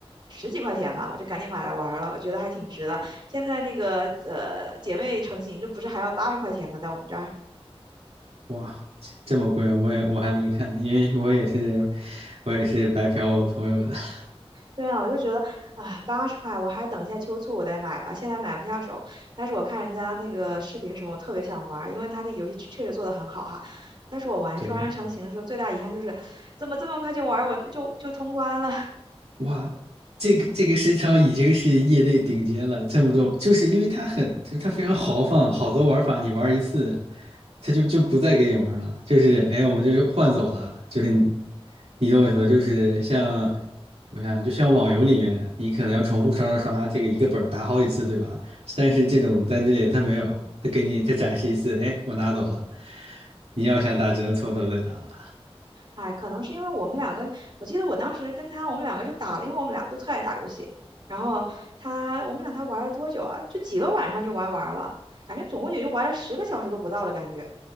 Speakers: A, on the right; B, on the right.
A: 十几块钱吧，我就赶紧买来玩了，我觉得还挺值的。现在那个呃姐妹成行就不是还要八十块钱吗？在我们这儿
B: 哇，这么贵我也我还没看，因为我也是我也是白嫖我朋友的。<laughs>
A: 对啊，我就觉得啊，八十块，我还是等一下秋促我再买吧，现在买不下手。但是我看人家那个视频什么，我特别想玩儿，因为他那个游戏确确实做得很好哈。但是我玩双人成行的时候，
B: 对，
A: 最大遗憾就是怎么这么快就玩儿，我就就通关了。<laughs>
B: 哇，这个这个市场已经是业内顶尖了，这么多，就是因为它很，就是它非常豪放，好多玩法你玩一次，它就就不再给你玩了，就是哎，我们就换走了，就是你，你懂我意思吧？就是像我想，就像网游里面，你可能要重复刷刷刷，这个一个本儿打好几次，
A: 嗯，
B: 对吧？但是这种单机类它没有，它给你再展示一次，哎，我拿走了，你要想打只能从头再打了。
A: 哎，可能是因为我们两个，我记得我当时跟他，我们两个就打了，因为我们俩都特爱打游戏。然后他，我们俩才玩了多久啊？就几个晚上就玩完了，感觉总共也就玩了十个小时都不到的感觉。